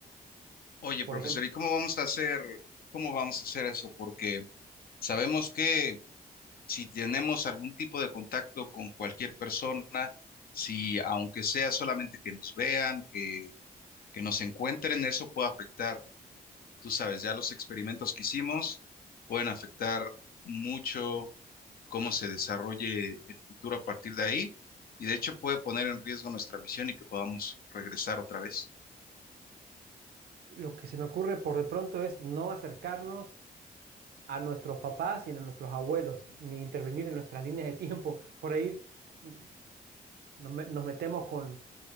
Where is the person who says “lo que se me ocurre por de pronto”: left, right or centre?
Right